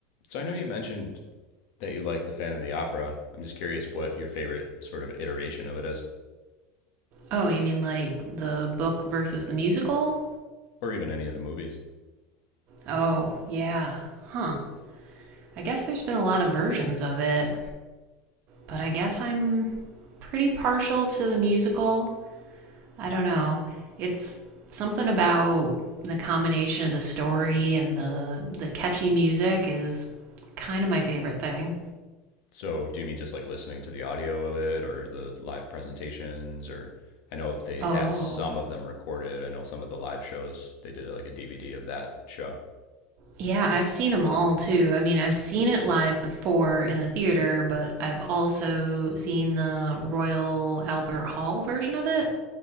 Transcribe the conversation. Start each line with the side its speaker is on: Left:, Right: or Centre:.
Left: So I know you mentioned that you like the Phantom of the Opera. I'm just curious what your favorite sort of iteration of it is,
Right: Oh, you mean like the book versus the musical?
Left: or even any of the movies.
Right: Oh, yeah. Huh. I guess there's been a lot of versions of it, but I guess I'm pretty partial to the musical. I don't know. It's something about the combination of the story and the the catchy music is kind of my favorite thing.
Left: So do you mean just like listening to the audio of it, or the live presentations, or I know they
Right: Oh,
Left: have some of them recorded. I know some of the live shows they did like a DVD of that show.
Right: Yeah, I've seen them all too. I mean, I've seen it live before in the theater, but I've also seen the Royal Albert Hall version of it,